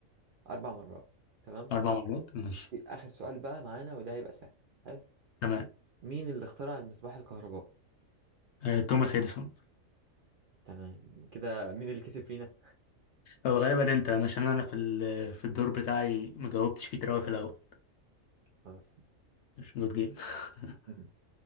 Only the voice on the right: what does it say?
أربع مرات
تمام
آخر سؤال بقى معانا وده هيبقى سهل حلو
مين اللي اخترع المصباح الكهربائي؟
تمام كده مين اللي كسب فينا؟
خلاص
<laughs>